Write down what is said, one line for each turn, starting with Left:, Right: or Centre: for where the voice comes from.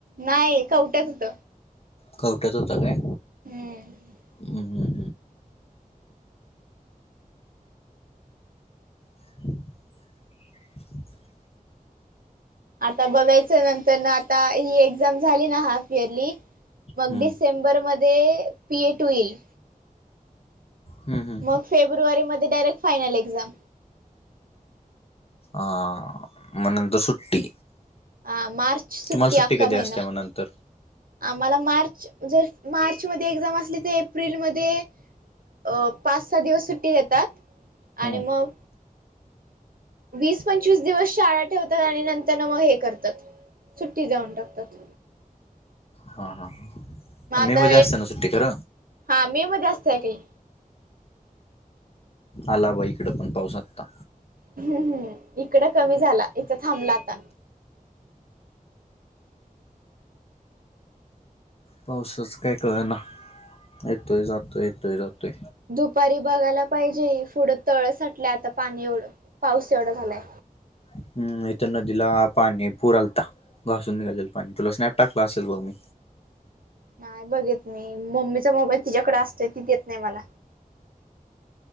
Right: नाही कवठ्यात होत.
Left: कवट्यात होता काय?
Right: हम्.
Left: ह हम. <inaudible>
Right: आता बघायचं नंतर ना आता ही एक्झाम झाली ना हाफ इयरली मग
Left: हम्म
Right: डिसेंबर मध्ये पीए टू येईल.
Left: हम्म हम्म
Right: मग फेब्रुवारी मध्ये डायरेक्ट फायनल एक्झाम.
Left: अ म नंतर सुट्टी.
Right: हा मार्च सुट्टी
Left: तुम्हाला
Right: अक्का
Left: कधी
Right: महिना
Left: असते मग नंतर?
Right: आम्हाला मार्च जर मार्चमध्ये एक्झाम असली तर एप्रिलमध्ये अ पाच सहा दिवस सुट्टी देतात
Left: हम्म
Right: आणि मग वीस पंचवीस दिवस शाळा ठेवतात आणि नंतर न मग हे करतात सुट्टी देऊन टाकतात
Left: हा हा
Right: मग आता
Left: मे मध्ये असत्या ना सुट्टी खर
Right: हा मे मध्ये असतय काही
Left: आला ब इकड पण पाऊस आत्ता
Right: हू हू इकडं कमी झाला इथं थांबला आता
Left: पावसाच काय कळना येतोय जातोय येतोय जातोय
Right: दुपारी बघायला पाहिजे पुढं तळ साटलंय आता पाणी एवढं पाऊस एवढा झालाय
Left: हू इत नदीला पाणी पूर आलता घासून निघालेल पाणी तुला स्नॅप टाकलं असेल बघ मी
Right: नाही बघित मी मम्मीचा मोबाईल तिच्याकड असतोय ती देत नाही मला